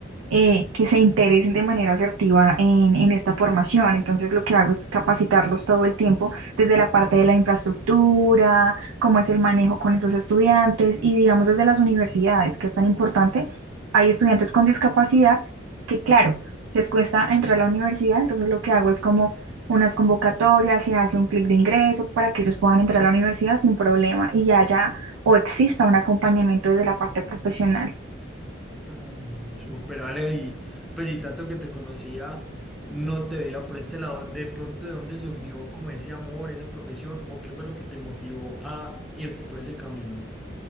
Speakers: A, on the right (about 80°); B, in the centre.
A: eh, que se interesen de manera asertiva en, en esta formación. Entonces, lo que hago es capacitarlos todo el tiempo desde la parte de la infraestructura, cómo es el manejo con esos estudiantes y, digamos, desde las universidades, que es tan importante. Hay estudiantes con discapacidad que, claro, les cuesta entrar a la universidad, entonces lo que hago es como unas convocatorias, se hace un clic de ingreso para que ellos puedan entrar a la universidad sin problema y ya haya o exista un acompañamiento desde la parte profesional.
B: Mm, Súper, Ale, y pues y tanto que te conocía, no te veía por este lado, de pronto de dónde surgió como ese amor, esa profesión, o qué fue lo que te motivó a irte por ese camino.